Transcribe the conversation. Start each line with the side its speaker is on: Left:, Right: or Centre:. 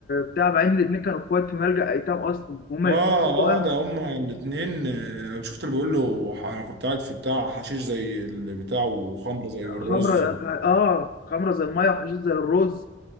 Left: بتاع مع ان الاثنين كانوا اخوات في ملجأ ايتام اصلا هما
Right: اه
Left: الاثنين توأم.
Right: اه ده هما الاتنين آه، شفت اللي بيقول له ح- انا كنت قاعد في بتاع حشيش زي البتاع وخمره زي الرز
Left: خمره اه خمره زي الميه وحشيش زي الرز